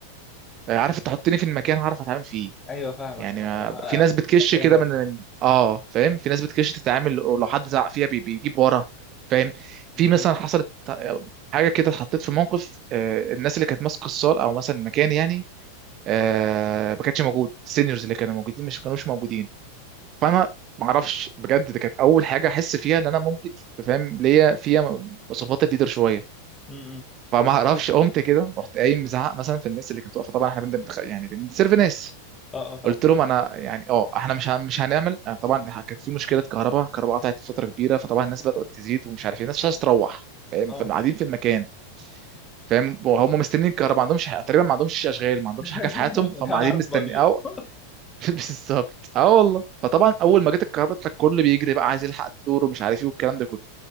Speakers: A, on the right; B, on the left.
A: آه، عارف تحطني في المكان هعرف اتعامل فيه
B: ايوه فاهمك
A: يعني
B: فاهمك.
A: ما
B: اه،
A: في ناس
B: كنت
A: بتكش
B: في اي
A: كده
B: موقف
A: من من اه فاهم في ناس بتكش تتعامل ولو حد زعق فيها بي- بيجيب ورا فاهم
B: م-م.
A: في مثلا حصلت حاجه كده اتحطيت في موقف آه، الناس اللي كانت ماسكه الصال او مثلا المكان يعني آه، ما كانش موجود السينيورز اللي كانوا موجودين مش كانوش موجودين فانا ما اعرفش بجد دي كانت اول حاجه احس فيها ان انا ممكن فاهم ليا فيها مواصفات الليدر شويه
B: م-م.
A: فما اعرفش قمت كده رحت قايم مزعق مثلا في الناس اللي كانت واقفه طبعا احنا بنبخ... يعني بنسيرف ناس
B: اه اه فاهم
A: قلت لهم انا يعني اه احنا مش هن- مش هنعمل آه، طبعا كانت في مشكله كهرباء الكهرباء قطعت فتره كبيره فطبعا الناس بدات تزيد ومش عارف ايه الناس مش عايزه تروح فاهم
B: اه
A: فقاعدين في المكان فاهم هم مستنيين الكهرباء ما عندهمش حاجة- تقريبا ما عندهمش اشغال ما عندهمش
B: <laughs>
A: حاجه في حياتهم فهم قاعدين
B: العالم
A: مستني
B: فاضي
A: او
B: <laughs>
A: <laughs> بالظبط اه والله فطبعا اول ما جت الكهرباء الكل بيجري بقى عايز يلحق الدور ومش عارف ايه والكلام ده كله